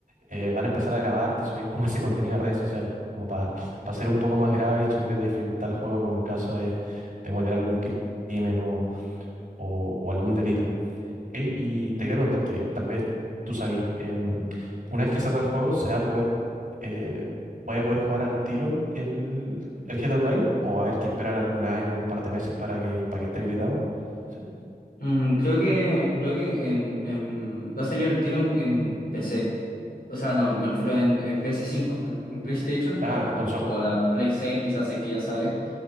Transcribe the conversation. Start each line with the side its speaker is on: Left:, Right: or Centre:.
Right: eh, van a empezar a grabarte y subir como <laughs> ese contenido a redes sociales, como para ser un poco más grave y subirle la dificultad al juego como en caso de, de cometer algún crimen o, o- o algún delito. Ey, y te quería preguntar que tal vez tú sabes, em, una vez que salga el juego, ¿se va a poder, eh, vaya a poder jugar al tiro el, el GTA Online o va a haber que esperar algún año, un par de meses para que, para que esté habilitado? Sí.
Left: Mm, creo que, creo que en, en- va a salir el tiro en, en PC, o sea, no, me refiero en, en PS5, en, en PlayStation
Right: Ah,
Left: o,
Right: en consola,
Left: o la Play 6 quizás es que ya sale.